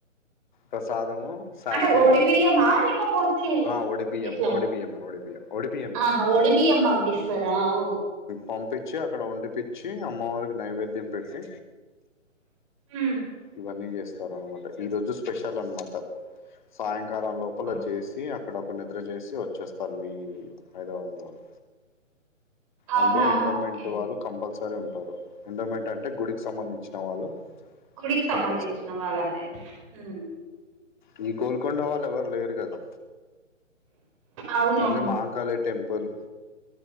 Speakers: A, on the left; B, on the right.
A: ప్రసాదము, సారీ
B: అంటే ఒడిబియ్యమా లేకపోతే
A: ఆ ఒడిబియ్యం
B: ఎట్లా.
A: ఒడిబియ్యమే ఒడిబియ్యం ఒడిబియ్యమే
B: ఆహా ఒడి బియ్యం పంపిస్తారా ఓ.
A: పంపించి అక్కడ వండిపిచ్చి అమ్మవారికి నైవేద్యం పెట్టి.
B: ఉమ్.
A: ఇవన్నీ చేస్తారు అనమాట ఈ రోజు స్పెషల్ అనమాట సాయంకాలం లోపల
B: అచ్చా.
A: చేసి. అక్కడ ఒక నిద్ర చేసి వచ్చేస్తారు మీ హైదరాబాద్ వాళ్ళు.
B: అవునా
A: అందులో ఇండోమెంట్
B: ఓకే
A: వాళ్ళు కంపల్సరీ ఉంటారు ఇండోమెంట్ అంటే గుడికి సంబంధించిన వాళ్ళు.
B: గుడికి సంబంధించిన
A: కంపల్సరీ
B: వాళ్ళదే ఉమ్.
A: నీ గోల్కొండ వాళ్ళు ఎవరు లేరు కదా
B: అవునవును
A: ఓన్లీ మహంకాళి. టెంపుల్.